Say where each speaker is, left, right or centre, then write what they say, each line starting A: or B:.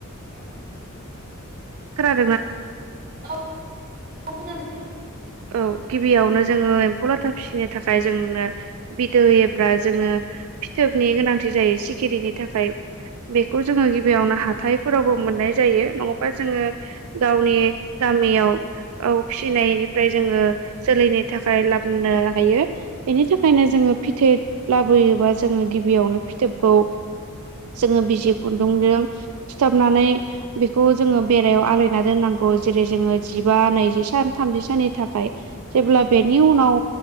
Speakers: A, on the right; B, on the right.
A: औ
B: खोनादो
A: औ खोनादो दे
B: औ गिबियावनो जोंङो एम्फौ लाथा फिसिनो थाखाय जोंनो बिदै एब्रा जोंङो फिथोबनि गोनांथि जायो सिखिरिनि थाखाय बेखौ जोंङो गिबियावनो हाथायफोरावबो मोननाय जायो नङाबा जोंङो गावनि गामियाव औ फिसिनायनि ओमफाय जोंङो जोलैनि थाखाय लाबनो हायो इनि थाखायनो जोंङो फिथोब लाबो योबा जोंङो गिबियावनो फिथोबखौ जोंङो बिजि खुन्दुंजों सुथाबनानै बेखौ जोंङो बेरायाव आलायना दोननांगौ। औ जेरै जोंङो जिबा नैजि सान थामजि साननि थाखाय जेब्ला बेनि उनाव